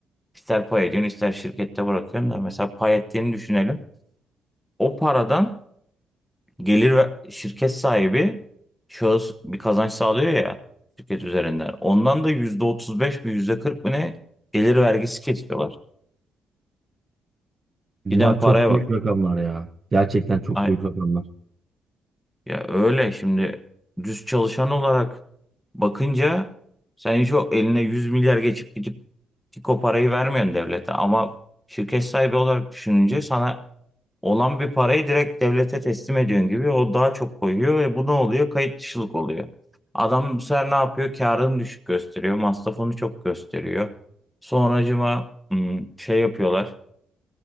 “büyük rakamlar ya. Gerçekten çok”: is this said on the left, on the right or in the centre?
Right